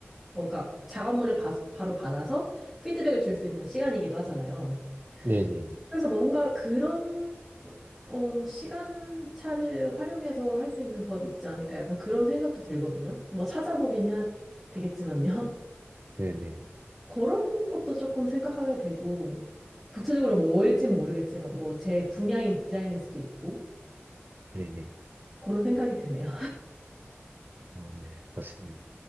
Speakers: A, in the centre; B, on the right (about 45°).
A: 어, 그러니까 작업물을 바, 바로 받아서 피드백을 줄 수 있는 시간이기도 하잖아요.
B: 네네네.
A: 그래서 뭔가 그런 어, 시간차를 활용해서 할 수 있는 부업이 있지 않을까 약간 그런 생각도 들거든요. 뭐 찾아보긴 해야 되겠지만요.
B: 네네.
A: 그런 것도 조금 생각하게 되고 구체적으로 뭘진 모르겠지만 뭐 제 분야인 디자인일 수도 있고
B: 네네.
A: 그런 생각이 드네요.
B: 어, 네, 맞습니다.